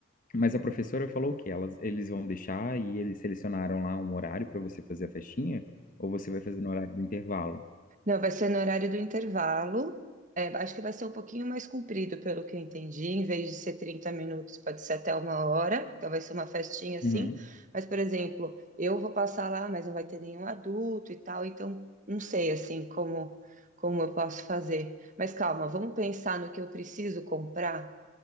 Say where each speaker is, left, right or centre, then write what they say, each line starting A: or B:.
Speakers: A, on the left (about 40°); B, on the right (about 40°).
A: Mas a professora falou que elas, eles vão deixar e eles selecionaram lá um horário para você fazer a festinha ou você vai fazer no horário do intervalo?
B: Não, vai ser no horário do intervalo. É, acho que vai ser um pouquinho mais comprido, pelo que eu entendi. Em vez de ser 30 minutos, pode ser até uma hora. Então vai ser uma festinha assim.
A: Uhum.
B: Mas, por exemplo, eu vou passar lá, mas não vai ter nenhum adulto e tal. Então, não sei assim como como eu posso fazer. Mas calma, vamos pensar no que eu preciso comprar.